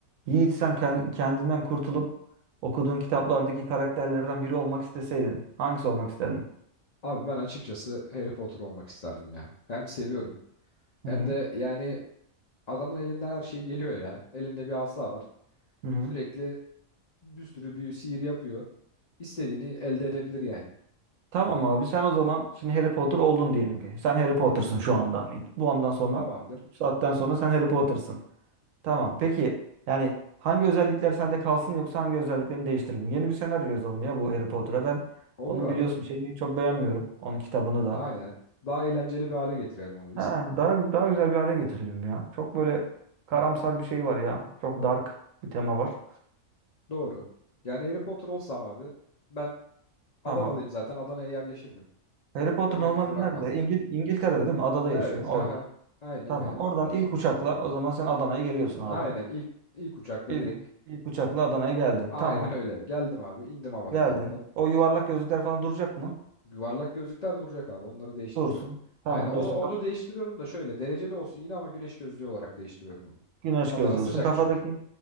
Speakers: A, on the right; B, on the left.
A: Yiğit sen ken- kendinden kurtulup okuduğun kitaplardaki karakterlerden biri olmak isteseydin hangisi olmak isterdin?
B: Abi ben açıkçası Harry Potter olmak isterdim ya. Hem seviyorum hem
A: Hı hı.
B: de yani adamın elinden her şey geliyor ya. Elinde bir asa var.
A: Hı hı.
B: Sürekli bir sürü büyü sihir yapıyor. İstediğini elde edebilir yani.
A: Tamam abi sen o zaman şimdi Harry Potter oldun diyelim ki. Sen Harry Potter'sın şu andan. Bu andan sonra
B: Tamamdır.
A: bu saatten sonra sen Harry Potter'sın. Tamam peki yani hangi özellikler sende kalsın yoksa hangi özelliklerini değiştirelim? Yeni bir senaryo yazalım ya bu Harry Potter'a. Ben
B: Olur
A: onun
B: abi.
A: biliyorsun şeyini çok beğenmiyorum. Onun kitabını da.
B: Aynen. Daha eğlenceli bir hale getirelim onu biz.
A: Ha, daha daha güzel bir hale getirelim ya. Çok böyle karamsar bir şey var ya. Çok dark bir tema var.
B: Doğru. Yani Harry Potter olsam abi ben Adanalıyım
A: Tamam.
B: zaten. Adana'ya yerleşirdim.
A: Harry Potter
B: Memleketi
A: normalde
B: bırakmazdım.
A: nerede? İngil İngiltere'de değil mi? Adada
B: Evet.
A: yaşıyor orada.
B: <laughs> hı Aynen
A: Tamam.
B: öyle.
A: Oradan ilk uçakla o zaman sen Adana'ya geliyorsun abi.
B: Aynen ilk ilk uçakla
A: İlk,
B: direkt
A: ilk uçakla Adana'ya geldin.
B: Aynen
A: Tamam.
B: öyle. Geldim abi, indim havalimanından.
A: Geldin. O yuvarlak gözlükler falan duracak mı?
B: Yuvarlak gözlükler duracak abi. Onları değiştirmiyorum.
A: Dursun. Tamam
B: Aynen. Onu
A: dursun.
B: onu
A: Kaf-
B: değiştiriyorum da şöyle dereceli olsun yine ama güneş gözlüğü olarak değiştiriyorum onu.
A: Güneş
B: Adana
A: gözlüyorsun.
B: sıcak
A: Kafadaki
B: çünkü.